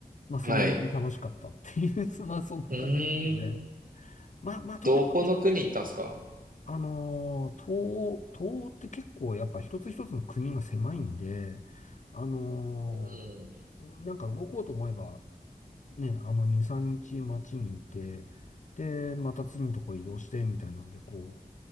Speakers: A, on the left; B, on the right.
A: まあ、それなりに楽しかったっていう、
B: ー、はい。
A: <laughs> まあ、そんな感じですね。
B: うーん。
A: まあ、まあ、特に
B: どこの国行ったんですか
A: あのー、東欧、東欧って結構やっぱ一つ一つの国が狭いんで、あのー、
B: うん。
A: なんか動こうと思えば、ね、あの、2、3日街にいて、で、また次のとこ移動して、みたいなので、こう、